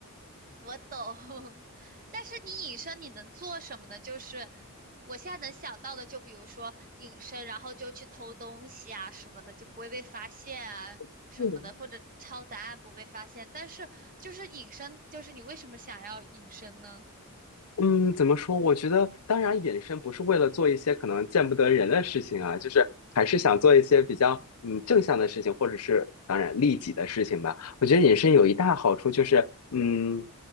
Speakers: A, on the right; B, on the left.
A: 我懂，<laughs> 但是你隐身你能做什么呢？就是我现在能想到的，就比如说隐身，然后就去偷东西啊什么的，就不会被发现啊什么的，
B: <laughs>
A: 或者抄答案不被发现。但是就是隐身，就是你为什么想要隐身呢？
B: 嗯，怎么说？我觉得，当然，隐身不是为了做一些可能见不得人的事情啊，就是还是想做一些比较嗯正向的事情，
A: 嗯，
B: 或者是当然利己的事情吧。我觉得隐身有一大好处就是，嗯，